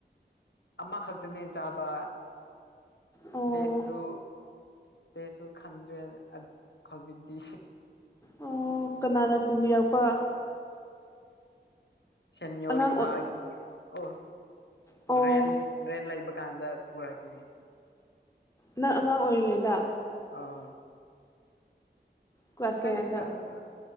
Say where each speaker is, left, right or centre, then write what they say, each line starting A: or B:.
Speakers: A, on the left; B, on the left.
A: ꯑꯃꯈꯛꯇꯅꯦ ꯆꯥꯕ
B: ꯑꯣ
A: ꯇꯦꯁꯗꯨ ꯇꯦꯁꯨ ꯈꯟꯗ꯭ꯔꯦ ꯍꯧꯖꯤꯛꯇꯤ
B: ꯑꯣ ꯀꯅꯥꯅ ꯄꯨꯕꯤꯔꯛꯄ
A: ꯁꯅ ꯌꯣꯔꯤ
B: ꯑꯉꯥꯡ
A: ꯇꯒꯤ ꯑꯣ
B: ꯑꯣ
A: ꯔꯦꯟꯟ ꯔ꯭ꯔꯦꯟꯟ ꯂꯥꯏꯕ ꯀꯥꯟꯗꯥ ꯄꯨꯔ ꯀ
B: ꯅꯪ ꯑꯉꯥꯡ ꯑꯣꯏꯔꯤꯉꯩꯗ
A: ꯑꯥ
B: ꯀ꯭ꯂꯥꯁ
A: ꯈꯤꯇꯪꯅꯦ
B: ꯀꯌꯥꯗ
A: ꯆꯥꯕꯗ